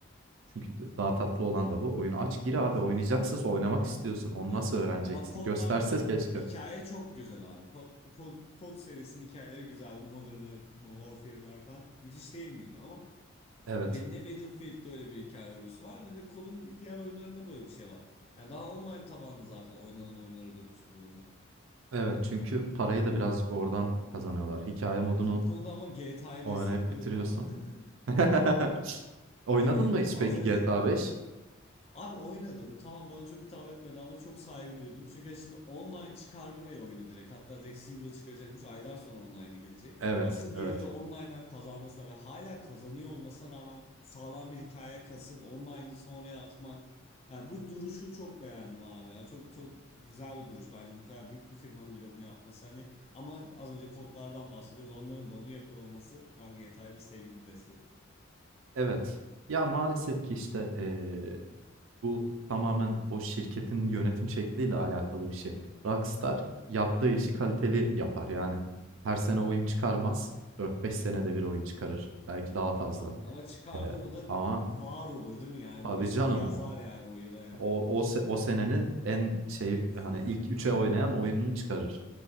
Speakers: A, on the right; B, on the left.
A: Çünkü daha tatlı olan da bu. Oyunu aç
B: <laughs>
A: gir abi oynayacaksın oynamak istiyorsun. Onu nasıl
B: Evet.
A: öğreneceksin?
B: Ya bak kodlarda
A: Gösterse keşke.
B: hikaye çok güzel abi. Kod, kod, kod serisinin hikayeleri güzel. Modern Warfare'lar falan. Müthiş değil miydi? Ama
A: Evet.
B: be- ne Battlefield'de öyle bir hikaye örgüsü var ne de kodun diğer oyunlarında böyle bir şey var. Yani daha online tabanlı zaten oynanan oyunlara dönüştü bu oyunlar.
A: Evet çünkü parayı da birazcık oradan kazanıyorlar. Hikaye
B: Evet
A: modunu
B: bu konuda ama GTA'yı
A: Oynayıp
B: destekliyorum
A: bitiriyorsun.
B: abi. <laughs>
A: <laughs> Oynadın
B: Hani
A: mı hiç
B: az
A: peki
B: önce
A: GTA 5?
B: Abi oynadım. Tamam bana çok hitap etmedi ama çok saygı duydum. Çünkü hani şimdi online çıkarmıyor ya oyunu direkt. Hatta direkt single çıkaracakmış. Aylar sonra online'ı gelecek.
A: Evet,
B: Asıl
A: evet,
B: geliri online'dan kazanmasına ve hala kazanıyor olmasına rağmen sağlam bir hikaye kasıp online'ı sonraya atmak. Yani bu duruşu çok beğendim abi ya. Çok çok güzel bir duruş bence. Bu kadar büyük bir firmanın bir de bunu yapması hani. Ama az önce kodlardan bahsediyoruz. Onların da onu yapıyor olması şu an GTA'ya bir sevgi besletti.
A: evet. Ya maalesef ki işte eee, bu tamamen o şirketin yönetim şekliyle alakalı bir şey. Rockstar yaptığı işi kaliteli yapar yani. Her sene oyun çıkarmaz. 4-5 senede
B: <laughs>
A: bir oyun çıkarır. Belki daha fazla.
B: Ama çıkardı
A: Eee,
B: mı da
A: ama
B: var olur değil mi yani?
A: tabii
B: Böyle ismini
A: canım
B: yazar
A: o.
B: yani o yıla yani.
A: O, o, se- o senenin en şey
B: <laughs>
A: hani ilk üçe oynayan oyununu çıkarır.